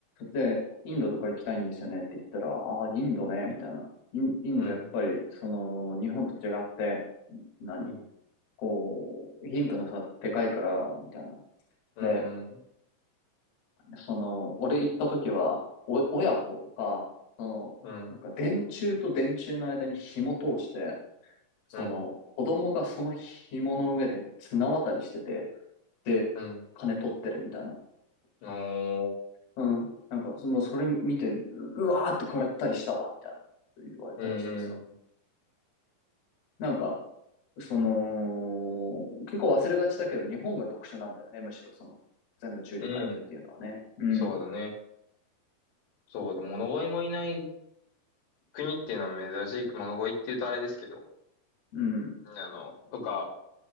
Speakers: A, on the left (about 70°); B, on the left (about 90°).
A: で、インドとか行きたいんですよねって言ったら、ああ、インドね、
B: うん、
A: みたいな。イン、インドやっぱり、
B: うん、うん、
A: その、日本と違って、何
B: うん、
A: こう、貧富の差でかいから、みたいな。
B: うん、
A: で、その、俺行った時は、お、親子が、その、
B: うん、
A: なんか電柱と電柱の間に紐通して、その、
B: うん、
A: 子供がその紐の上で綱渡りしてて、で、
B: うん
A: 金取ってるみたいな。
B: おー、
A: うん。なんか、そもうそれ見て、ううわーって食らったりしたわ、みたいな言われたりしてさ。
B: うん、
A: なんか、その、結構忘れがちだけど、日本が特殊なんだよね、むしろその、全部中流階級っていうのはね。
B: うん、うん、
A: うん、
B: そうだね。そうだ、物乞いもいない国っていうのは珍しい、物乞いって言うとあれですけど、
A: うん、
B: あの、とか、